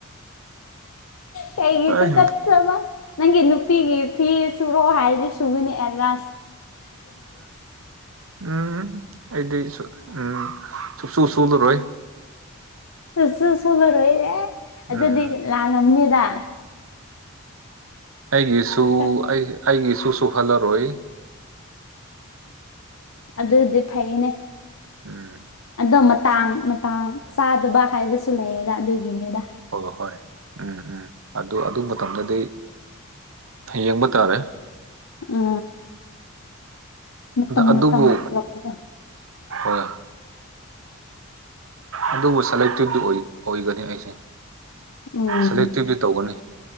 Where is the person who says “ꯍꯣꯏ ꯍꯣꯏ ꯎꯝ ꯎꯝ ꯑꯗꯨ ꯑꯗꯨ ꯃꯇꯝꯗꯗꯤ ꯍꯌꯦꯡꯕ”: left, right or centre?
Right